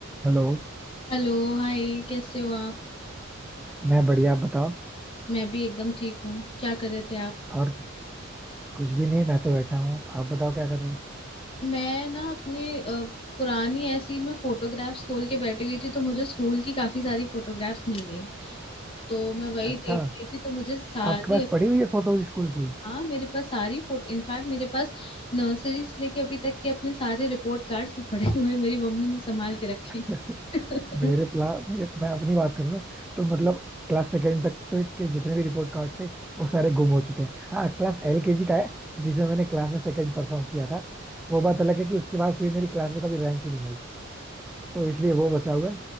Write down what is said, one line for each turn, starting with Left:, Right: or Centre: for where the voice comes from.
Centre: Hello
Left: Hello hi कैसे हो आप
Centre: मैं बढ़िया आप बताओ
Left: मैं भी एकदम ठीक हूँ क्या कर रहे थे आप
Centre: और कुछ भी नहीं मैं तो बैठा हूँ आप बताओ क्या कर रहे हैं
Left: मैं ना अपनी अ, पुरानी ऐसी मैं फोटोग्राफ्स खोल के बैठी हुई थी तो मुझे स्कूल की काफी सारी फोटोग्राफ्स मिल गई तो मैं वही
Centre: अच्छा
Left: देख रही थी तो मुझे सारी
Centre: आपके पास पड़ी हुई है फोटोज स्कूल की
Left: हाँ मेरे पास सारी फोटो इनफैक्ट मेरे पास नर्सरी से लेके अभी तक के अपने सारे रिपोर्ट कार्ड्स भी पड़े हुए हैं मेरी मम्मी ने संभाल के रखे
Centre: <laughs>
Left: <laughs>
Centre: मेरे प्ला मेरे मैं अपनी बात करूँ ना तो मतलब क्लास सेकेंड तक तो के जितने भी रिपोर्ट कार्ड थे वो सारे गुम हो चुके हैं हाँ क्लास एलकेजी का है जिसमें मैंने क्लास में सेकंड परफॉर्म किया था वो बात अलग है कि उसके बाद फिर मेरी क्लास में कभी रैंक ही नहीं आई तो इसलिए वो बचा हुआ है